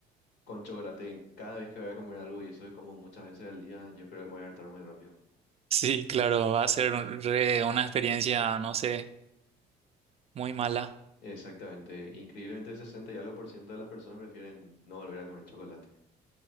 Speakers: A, on the left; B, on the right.
A: Con chocolate, en- cada vez que voy a comer algo, y eso es como muchas veces al día, yo creo que me voy a hartar muy rápido.
B: Sí, claro, va a ser un- re- una experiencia, no sé, muy mala.
A: Exactamente. Increíblemente, 60 y algo por ciento de las personas prefieren no volver a comer chocolate.